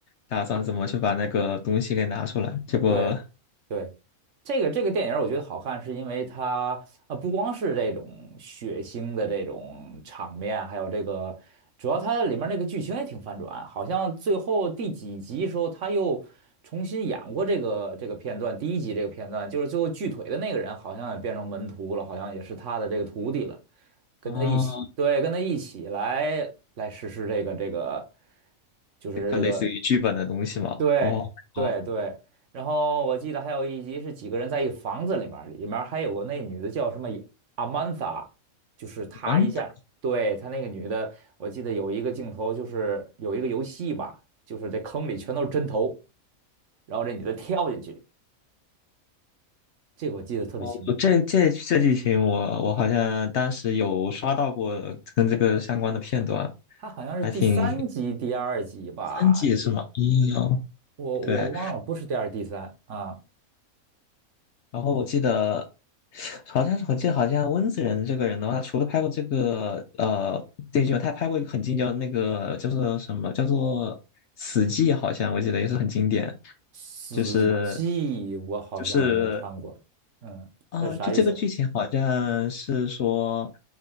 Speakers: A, on the left (about 60°); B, on the right (about 60°).
A: 打算怎么去把那个东西给拿出来。结果
B: 对对。这个这个电影儿我觉得好看，是因为它呃不光是这种血腥的这种场面，还有这个主要它里面那个剧情也挺反转，好像最后第几集时候他又重新演过这个这个片段，第一集这个片段就是最后锯腿的那个人好像也变成门徒了，好像也是他的这个徒弟了，跟他一起，
A: 哦，
B: 对，跟他一起来来实施这个这个就是这个。
A: 这个类似于剧本的东西嘛，
B: 对对对，
A: 哦哦，
B: 然后我记得还有一集是几个人在一个房子里面儿里面儿还有个那女的叫什么阿曼达，就是她一下，
A: 蛮的
B: 对，她那个女的，我记得有一个镜头就是有一个游戏吧，就是这坑里全都是针头，然后这女的跳进去，这个我记得特别清楚，
A: 哦，这这这剧情我我好像当时有刷到过跟这个相关的片段，
B: 她好像是第三集、
A: 还挺
B: 第二集吧，
A: 三季是吗？嗯哦，
B: 我我忘了，
A: 对。
B: 不是第二、第三啊，
A: 然后我记得好像是我记得好像温子仁这个人的话，他除了拍过这个呃电视剧，他还拍过一个很经典的那个叫做什么叫做《死寂》，好像我记得也是很经典，
B: 死寂我好像没看过，
A: 就是。就是
B: 嗯，
A: 嗯，
B: 它是啥意思？
A: 就这个剧情好像是说，